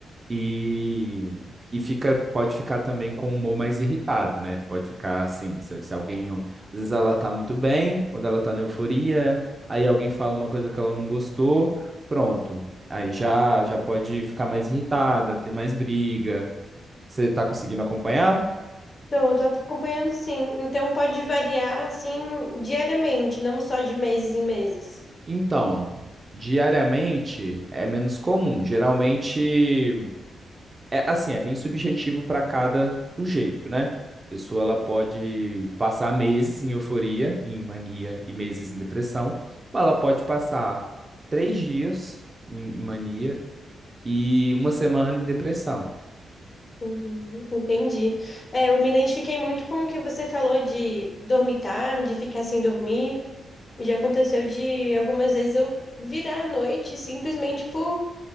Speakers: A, on the right; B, on the left.
A: E, e fica, pode ficar também com o humor mais irritado, né? Pode ficar assim, se, se alguém, às vezes ela tá muito bem, quando ela tá na euforia, aí alguém fala uma coisa que ela não gostou, pronto. Aí já, já pode ficar mais irritada, ter mais briga. Você tá conseguindo acompanhar?
B: Tô, tô acompanhando sim. Então pode variar assim diariamente, não só de meses em meses.
A: Então, diariamente é menos comum. Geralmente é assim, é bem subjetivo para cada sujeito, né? A pessoa ela pode passar meses em euforia, em mania e meses em depressão, ou ela pode passar três dias em, em mania e uma semana em depressão,
B: Uhum, entendi. É, eu me identifiquei muito com o que você falou de dormir tarde, ficar sem dormir. E Já aconteceu de algumas vezes eu virar à noite simplesmente por